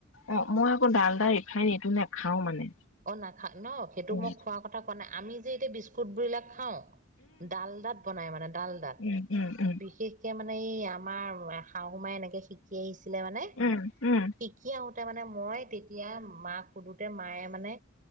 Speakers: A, on the left; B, on the right.
A: অ', মই আকৌ ডালডা, ৰিফাইন এইটো নাখাওঁ মানে।
B: অ নাখা ন সেইটো
A: উম
B: মই খোৱাৰ কথা কোৱা নাই আমি যে এতিয়া বিস্কুট বুলিলে খাওঁ ডালডাত বনাই মানে ডালডাত
A: উম উম উম
B: বিশেষ কে মানে এই আমাৰ শাহু মাই এনেকে শিকি আহিছিলে মানে।
A: উম উম উম
B: শিকি আহোতে মানে মই তেতিয়া মাক সুধোতে মায়ে। মানে